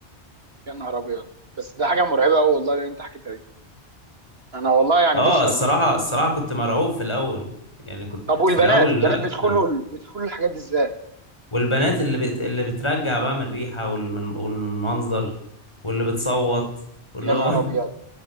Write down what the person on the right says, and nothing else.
يا نهار ابيض بس ده حاجه مرعبه قوي والله اللي انت حكيتها دي انا والله يعني
بص
م-
طب والبنات
البنات
بيدخلوا بيدخلوا الحاجات دي ازاي
يا نهار
ابيض